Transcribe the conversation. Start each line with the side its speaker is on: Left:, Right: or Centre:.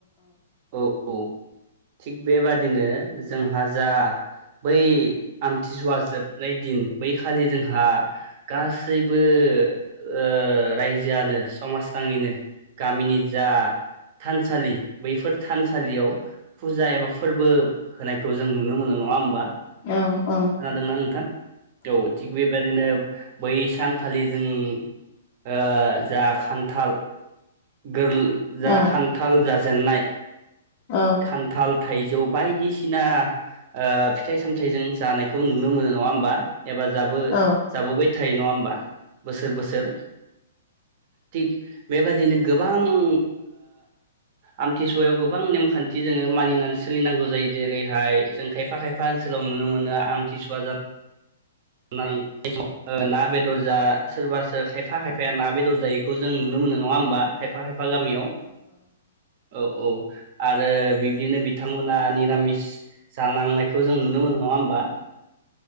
Right: औ औ थिग बेबादिनो जोंहा जा बै आमथि सुवा जोबनाय दिन बै खालि जोंहा गास गासैबो ओ रायजोआनो समाज नाङैनो गामिनि जा थानसालि बैफोर थानसालियाव फुजा एबा फोरबो होनायखौ जों नुनो मोनो नङा होमबा
Left: औ औ
Right: खानादोंना नोंथां औ थिग बेबायादिनो बै सानखालि जों ओ जा खान्थाल गोल जा
Left: औ
Right: खान्थाल जा जेननाय
Left: औ
Right: खान्थाल थाइजौ बायदिसिना ओ फिथाइ सामथायाइजों जानायखौ नुनो मोनो नङा होमबा एबा जाबो
Left: औ
Right: जाबोबाय थायो नङा होमबा बोसोर बोसोर। थिग बेबादिनो गोबां ओ आमथिसु सुवायाव गोबां नेमखान्थि जोङो मानिनानै सोलिनांगौ जायो जेरैहाय जों खायफा खायफा ओनसोलाव नुनो मोनो आमथिसुवा जा नाय समाव ना बेदर जा सोरबासो खायफा खायफाया ना बेदर जायैखौ जों नुनो मोनो नङा होमबा खायफा खाय <unintelligible> गामियाव औ औ आरो बिब्दिनो बिथांमोना निरामिस जालांनाय खौ जों नुनो मोनो नङा होमबा